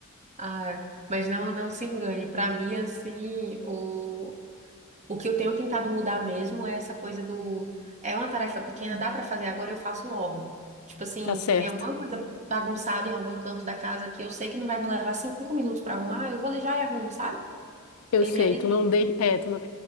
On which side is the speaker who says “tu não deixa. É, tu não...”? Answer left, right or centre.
Left